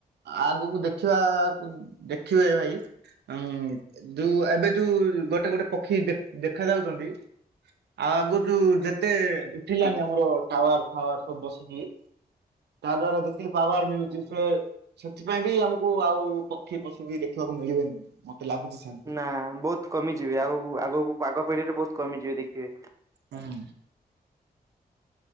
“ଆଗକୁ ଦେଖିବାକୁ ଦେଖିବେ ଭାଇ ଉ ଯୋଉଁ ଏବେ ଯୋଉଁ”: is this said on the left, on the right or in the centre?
Right